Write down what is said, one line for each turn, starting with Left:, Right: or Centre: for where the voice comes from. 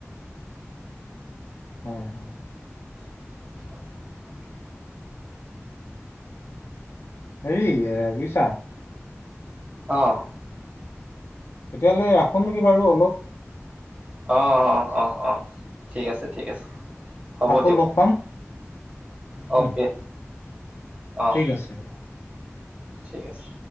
Left: <inaudible> হয়', -হয়', ।
Right: <inaudible>
Left: হেৰি, এ বুইছা।
Right: অঁ',
Left: তেতিয়াহলে ৰাখোঁ নেকি বাৰু অলপ?
Right: অ', - অ', - অ', - অ', ঠিক আছে, ঠিক আছে। হ'ব
Left: আকৌ
Right: দিয়ক।
Left: লগ পাম। উম,
Right: অ'কে। অঁ
Left: ঠিক আছে বাৰু
Right: ঠিক আছে।